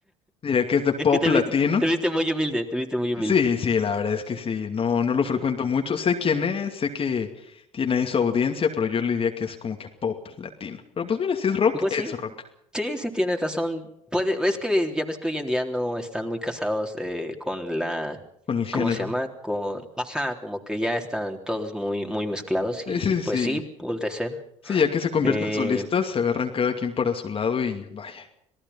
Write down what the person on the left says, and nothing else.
diría que es de pop
latino.
Sí, sí, la verdad es que sí, no, no lo frecuento mucho. Sé quién es, sé que tiene ahí su audiencia, pero yo le diría que es como que pop latino. Pero pues mira, si es rock,
es
rock,
con el género.
Eh,
sí, sí, sí.
Sí, ya que se convierten
solistas, se agarran cada quien para su lado y vaya.